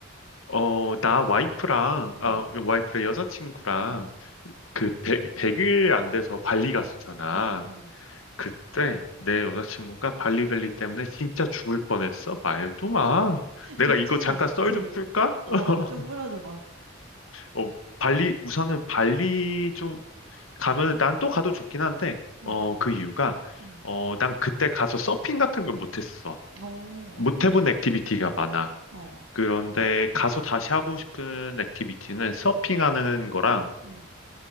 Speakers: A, on the left; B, on the right.
A: 어, 나 와이프랑, 아,
B: 어.
A: 와이프의 여자친구랑
B: 음.
A: 그 100, 일 안 돼서 발리 갔었잖아.
B: 음음응
A: 그때 내 여자친구가 발리벨리 때문에 진짜 죽을 뻔했어. 말도 마. 내가
B: 죽지는
A: 이거 잠깐
B: 않았지?
A: 썰 좀 풀까?
B: 어
A: <laughs>
B: 좀 풀어줘 봐.
A: 어, 발리, 우선은 발리 좀 가면은 난 또 가도 좋긴 한데,
B: 음.
A: 어, 그 이유가,
B: 음.
A: 어, 난 그때 가서 서핑 같은 걸 못했어.
B: 어. 어.
A: 못 해본 액티비티가 많아.
B: 어.
A: 그런데 가서 다시 하고 싶은 액티비티는 서핑하는 거랑,
B: 음.